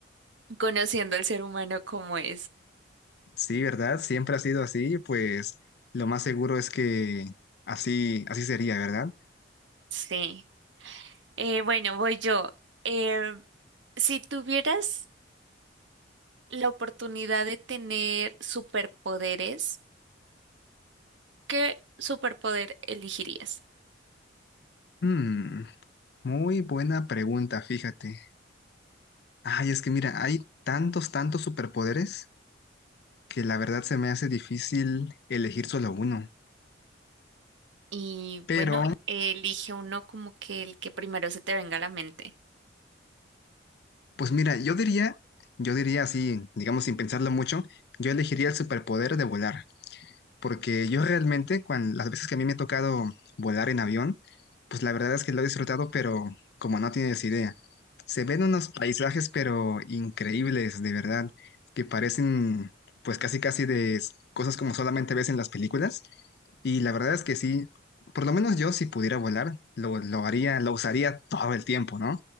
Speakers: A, on the right; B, on the left.
A: conociendo al ser humano como es.
B: Sí, ¿verdad? Siempre ha sido así, pues lo más seguro es que así, así sería, ¿verdad?
A: Sí. Eh, bueno, voy yo. Eh, si tuvieras la oportunidad de tener superpoderes, ¿qué superpoder elegirías?
B: Mm, muy buena pregunta, fíjate. Ay, es que mira, hay tantos, tantos superpoderes que la verdad se me hace difícil elegir solo uno.
A: Y
B: Pero,
A: bueno, elige uno como que el que primero se te venga a la mente.
B: pues mira, yo diría, yo diría así, digamos sin pensarlo mucho, yo elegiría el superpoder de volar. porque yo realmente, cuando, las veces que a mí me ha tocado volar en avión, pues la verdad es que lo he disfrutado, pero como no tienes idea. Se ven unos paisajes, pero increíbles, de verdad, que parecen pues casi casi de s- cosas como solamente ves en las películas. Y la verdad es que sí, por lo menos yo si pudiera volar, lo, lo haría, lo usaría todo el tiempo, ¿no?